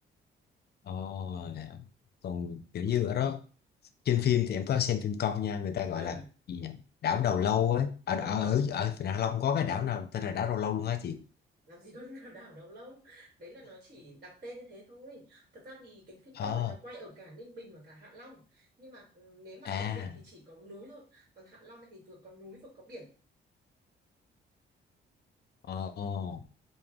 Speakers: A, on the left; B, on the right.
A: ồ là- còn kiểu như ở đó trên phim thì em có xem phim con nha người ta gọi
B: Ừ,
A: là gì nhỉ? đảo Đầu Lâu ấy ở ở
B: đúng rồi.
A: ở ở Vịnh Hạ Long có cái đảo nào tên là đảo Đầu Lâu luôn hả chị
B: làm gì có liên hoàn đảo <laughs> đâu lâu đấy là nó chỉ đặt tên như thế thôi thật ra thì cái phim
A: ờ
B: công đấy nó quay ở cả Ninh Bình và cả Hạ Long nhưng mà ừ, nếu mà
A: à
B: Ninh Bình thì chỉ có núi thôi còn Hạ Long thì vừa có núi vừa có biển
A: ồ